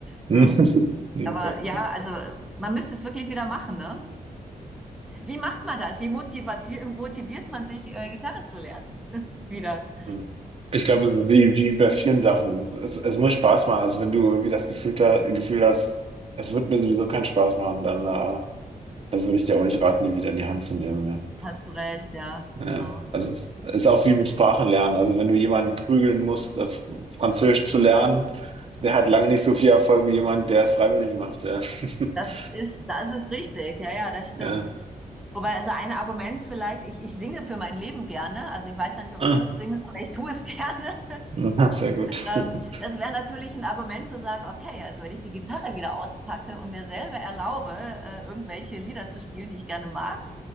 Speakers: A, in the centre; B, on the right (about 40°).
A: Ne?
B: Hm, Okay.
A: Aber ja, also man müsste es wirklich wieder machen. Ne? Wie macht man das? Wie motiviert, motiviert man sich, äh, Gitarre zu lernen? Wieder.
B: Hm. Ich glaube, wie, wie bei vielen Sachen, es, es muss Spaß machen. Also wenn du irgendwie das Gefühl, da, Gefühl hast, es wird mir sowieso keinen Spaß machen, dann, äh, dann würde ich dir auch nicht raten, die wieder in die Hand zu nehmen. Ja.
A: Hast du recht, ja,
B: Ja.
A: genau.
B: Also es ist auch wie mit Sprachen lernen. Also wenn du jemanden prügeln musst, äh, Fr- Französisch zu lernen, der hat lange nicht so viel Erfolg wie jemand, der es freiwillig macht. Ja. <laughs>
A: Das ist, das ist richtig. Ja, ja, das stimmt.
B: Ja.
A: Wobei, also ein Argument vielleicht, ich, ich singe für mein Leben gerne. Also ich weiß ja nicht, ob
B: Ah,
A: ich gut singe, aber ich tue es <laughs> gerne.
B: na, sehr gut.
A: Ähm,
B: <laughs>
A: das wäre natürlich ein Argument zu sagen, okay, also wenn ich die Gitarre wieder auspacke und mir selber erlaube, äh, irgendwelche Lieder zu spielen, die ich gerne mag,